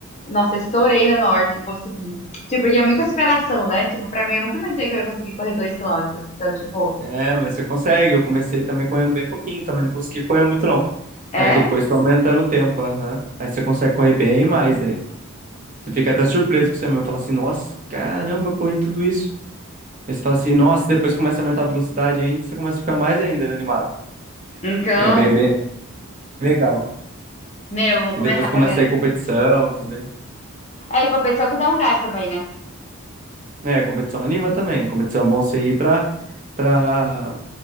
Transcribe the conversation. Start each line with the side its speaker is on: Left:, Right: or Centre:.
Left: Nossa, eu estourei no norte, consegui. Tipo, porque é muita superação, né? Tipo, pra mim, eu nunca imaginei que eu ia conseguir correr dois quilômetros. Então, tipo,
Right: É, mas você consegue. Eu comecei também correndo bem pouquinho, também não consegui correr muito, não.
Left: é?
Right: Aí depois foi aumentando o tempo, aham. Aí você consegue correr bem mais daí. Você fica até surpreso com você mesmo. Fala assim, nossa, caramba, corri tudo isso. Aí você fala assim, nossa, depois começa a aumentar a velocidade ainda, você começa a ficar mais ainda animado.
Left: Então,
Right: É bem, bem legal.
Left: meu, eu vou começar
Right: E depois
Left: a
Right: começa
Left: fazer.
Right: a ir competição também.
Left: É, e competição que dá um gás também, né?
Right: É, competição anima também. Competição é bom você ir pra, pra,